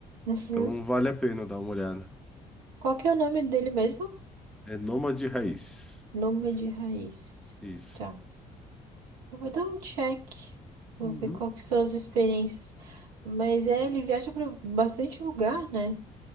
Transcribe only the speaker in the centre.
Então vale a pena dar uma olhada.
É Nômade Raiz.
Isso.
Uhum.